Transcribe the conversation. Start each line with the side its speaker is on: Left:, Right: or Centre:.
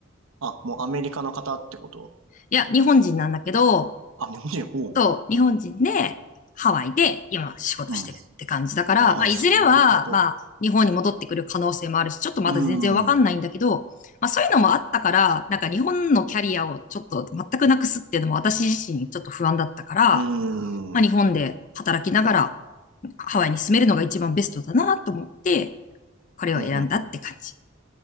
Right: あ、もうアメリカの方ってこと
Left: いや、日本人なんだけど、
Right: あ、日本人、おう。
Left: そう、日本人で、ハワイで今仕事してるって感じだから、
Right: うん。ああ、
Left: まあ、いずれは、
Right: そういうこと。
Left: まあ、日本に戻ってくる可能性もあるし、ちょっとまだ全然わかんないんだけど、
Right: うーん。う
Left: まあ、そういうのもあったから、なんか日本のキャリアをちょっと全くなくすっていうのも私自身ちょっと不安だったから、
Right: ー
Left: まあ、日本で働きながら
Right: ん。
Left: ハワイに住めるのが一番ベストだなと思って、これを選んだって感じ。
Right: ふんふんふん。